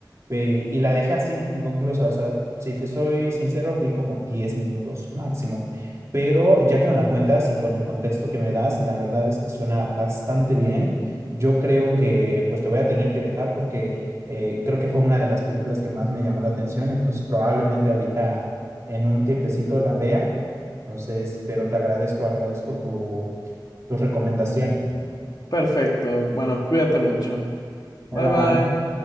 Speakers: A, on the right (about 40°); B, on the left (about 55°).
A: pe- y la dejé así, inconclusa, o sea, si te soy sincero, vi como 10 minutos máximo, pero ya que me la cuentas y con el contexto que me das, la verdad es que suena bastante bien. Yo creo que pues te voy a tener que dejar porque... Eh, creo que fue una de las películas que más me llamó la atención, entonces probablemente ahorita en un tiempecito la vea. Entonces, pero te agradezco, agradezco tu, tu recomendación.
B: Perfecto, bueno, cuídate mucho. Bye
A: Bye, bye.
B: bye.